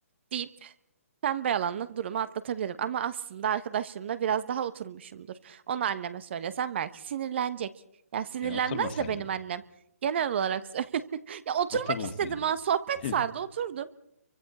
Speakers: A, on the right; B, on the left.
A: deyip pembe yalanla durumu atlatabilirim. Ama aslında arkadaşlarımla biraz daha oturmuşumdur. Onu anneme söylesem belki sinirlenecek. Ya sinirlenmez
B: E, oturmasaydın.
A: de benim annem. Genel olarak söylüyorum. <laughs> Ya oturmak
B: Oturmasaydın.
A: istedim ha.
B: <laughs>
A: Sohbet sardı oturdum.